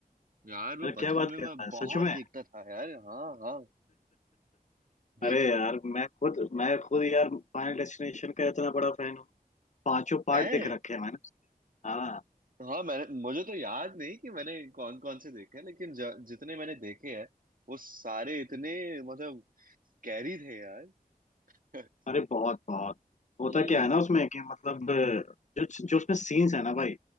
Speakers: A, on the right; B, on the left.
A: यार मैं
B: अरे
A: बचपन
B: क्या बात
A: में
B: कर
A: मैं
B: रहा है
A: बहुत
B: सच में
A: देखता था यार हाँ हाँ देख
B: अरे यार मैं खुद मैं खुद यार फाइनल डेस्टिनेशन का इतना बड़ा फैन हूँ पांचों पार्ट
A: है
B: देख रखे हैं मैंने उसके। हाँ
A: हाँ मैंने मुझे तो याद नहीं कि मैंने कौन कौन से देखे हैं लेकिन ज, जितने मैंने देखे हैं वो सारे इतने मतलब कैरी थे यार <laughs>
B: अरे बहुत बहुत होता
A: हम्म
B: क्या है ना उसमें कि मतलब अ, जो जो उसमें सीन्स है ना भाई